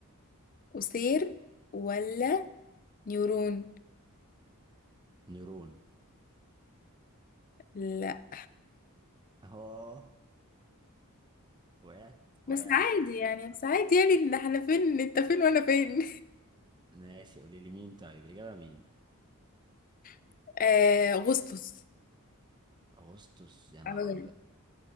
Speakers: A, on the left; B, on the right.
A: قصير ولا نيورون
B: نيرون
A: لا
B: اه وقعت
A: بس
B: وقعت
A: عادي يعني بس عادي يعني ان احنا فين انت فين وانا فين
B: ماشي قولي لي مين طيب الإجابة مين
A: <laughs> آه اغسطس
B: أغسطس يا نهار
A: أوي.
B: أبيض